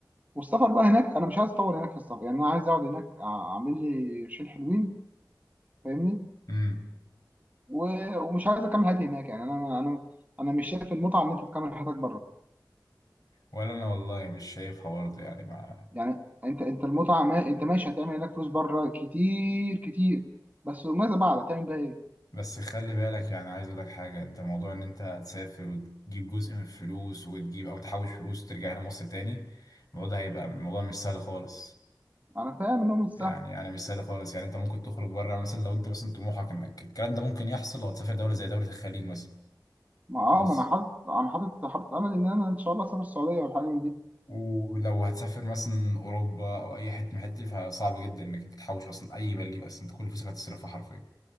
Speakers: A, on the right (about 20°); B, on the left (about 60°).
A: والسفر بقى هناك انا مش عايز اطول هناك في السفر يعني انا عايز اقعد هناك أع- اعمل لي قرشين حلوين فاهمني
B: امم
A: و- ومش عايز اكمل حياتي هناك يعني انا انا انا مش شايف المتعه ان انت تكمل حياتك بره
B: ولا انا والله مش شايفها برضه يعني ما
A: يعني انت انت المتعه ما انت ماشي هتعمل هناك فلوس بره كتير كتير بس وماذا بعد هتعمل بقى ايه
B: بس خلي بالك يعني عايز اقول لك حاجه انت موضوع ان انت تسافر وتجيب جزء من الفلوس وتجيب او تحوش فلوس وترجع هنا مصر تاني الموضوع ده هيبقى الموضوع مش سهل خالص
A: انا فاهم انهم مش سهل
B: يعني انا مش سهل خالص يعني انت ممكن تخرج بره مثلا لو انت مثلا طموحك انك الكلام ده ممكن يحصل لو هتسافر دوله زي دوله الخليج مثلا
A: ما اه
B: خلاص
A: ما انا حاطط انا حاطط حاطط امل ان انا ان شاء الله اسافر السعوديه ولا حاجه من دي
B: ولو هتسافر مثلا اوروبا او اي حته من الحتت دي فصعب جدا انك تحوش اصلا اي مليم اصلا انت كل فلوسك هتصرفها حرفيا